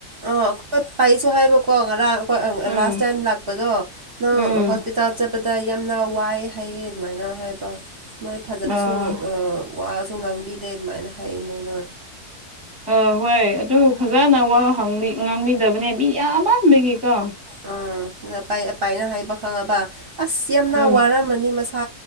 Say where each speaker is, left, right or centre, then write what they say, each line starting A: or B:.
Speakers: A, on the right; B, in the centre.
A: ꯑ ꯑꯩꯈꯣꯏ ꯄꯥꯏꯁꯨ ꯍꯥꯏꯕꯀꯣ ꯉꯔꯥꯡ ꯑꯩꯈꯣꯏ
B: ꯎꯝ
A: ꯂꯥꯁ ꯇꯥꯏꯝ ꯂꯥꯛꯄꯗꯣ꯫ ꯅꯪ
B: ꯎꯝ
A: ꯍꯣꯁꯄꯤꯇꯥꯜ ꯆꯠꯄꯗ ꯌꯥꯝꯅ ꯋꯥꯏ ꯍꯥꯏꯌꯦ ꯑꯗꯨꯃꯥꯏꯅ ꯍꯥꯏꯕ ꯃꯣꯏ ꯐꯖꯅꯁꯨ
B: ꯑꯥ
A: ꯋꯥꯁꯨ ꯉꯥꯡꯕꯤꯗꯦ ꯑꯗꯨꯃꯥꯏꯅ ꯍꯥꯏ ꯃꯣꯏꯅ
B: ꯑ ꯍꯣꯏ ꯑꯗꯨ ꯐꯖꯅ ꯋꯥ ꯉꯥꯡꯕꯤꯗꯕꯅꯦ ꯃꯤ ꯌꯥꯝꯃꯗꯒꯤꯀꯣ
A: ꯎꯝ ꯑꯄꯥꯏꯅ ꯍꯥꯏꯕ ꯈꯪꯉꯕ ꯑꯁ ꯌꯥꯝꯅ
B: ꯎꯝ
A: ꯋꯥꯔꯝꯃꯅꯤ ꯃꯁꯥ